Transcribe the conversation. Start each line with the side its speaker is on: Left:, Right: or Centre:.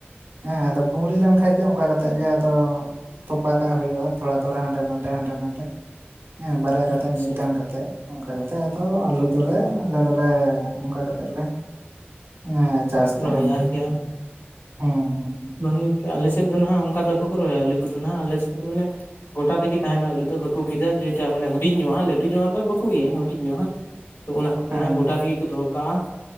Right: ᱦᱮᱸ ᱟᱫᱚ ᱯᱩᱝᱲᱤ ᱞᱮᱱᱠᱷᱟᱡ ᱜᱮ, ᱚᱱᱠᱟ ᱠᱟᱛᱮ ᱠᱟᱛᱮ ᱜᱮ ᱟᱫᱚ ᱛᱚᱯᱟ ᱠᱟᱜ ᱦᱳᱭᱳᱜᱼᱟ᱾ ᱛᱷᱚᱲᱟ ᱛᱷᱚᱲᱟ ᱦᱟᱸᱰᱮ ᱱᱟᱰᱮ, ᱦᱟᱸᱰᱮ ᱱᱟᱰᱮ᱾ ᱦᱮᱸ ᱵᱟᱨᱭᱟ
Left: ᱟᱪᱪᱷᱟ
Right: ᱠᱟᱛᱮ, ᱢᱤᱫᱴᱟᱝ ᱠᱟᱛᱮ᱾ ᱠᱟᱛᱮ ᱚᱱᱠᱟ ᱠᱟᱛᱮ ᱟᱫᱚ ᱟᱞᱩ ᱫᱚᱞᱮ, ᱟᱞᱮ ᱫᱚᱞᱮ ᱚᱱᱠᱟ ᱠᱟᱛᱮᱫ ᱞᱮ ᱦᱮᱸ ᱪᱟᱥ ᱛᱟᱦᱮᱸᱱᱟ
Left: ᱨᱚᱦᱚᱭᱟ ᱟᱨᱠᱤ
Right: ᱦᱮᱸ,
Left: ᱵᱟᱝ
Right: ᱦᱮᱸ, ᱦᱮᱸ᱾
Left: ᱵᱟᱝ ᱜᱚᱝᱠᱮ ᱟᱞᱮ ᱥᱮᱫ ᱫᱚ ᱱᱟᱦᱱᱟᱜ ᱚᱱᱠᱟ ᱫᱚ ᱵᱟᱠᱚ ᱨᱚᱦᱚᱭᱟ, ᱟᱞᱩ ᱠᱚᱫᱚ ᱦᱟᱜ ᱟᱞᱮᱥᱮᱫ ᱫᱚ ᱢᱟᱱᱮ ᱜᱚᱴᱟ ᱛᱮᱜᱮ ᱛᱟᱦᱮᱸᱱᱟ ᱟᱹᱞᱩ ᱫᱚ, ᱵᱟᱠᱚ ᱜᱮᱫᱟ ᱡᱮᱴᱟ ᱢᱟᱱᱮ ᱦᱩᱰᱤᱧᱚᱜᱼᱟ ᱞᱟᱹᱩ ᱧᱚᱜ ᱫᱚ ᱵᱟ ᱵᱟᱠᱚ ᱤᱭᱟᱹᱭᱟ ᱦᱩᱰᱤᱧ ᱧᱚᱜᱼᱟ ᱦᱟᱸᱜ, ᱛᱚ ᱚᱱᱟ ᱠᱚᱫᱚ
Right: ᱦᱮᱸ
Left: ᱦᱟᱸᱜ ᱜᱚᱴᱟ ᱛᱮᱜᱮ ᱠᱚ ᱫᱚᱦᱚ ᱠᱟᱜᱼᱟ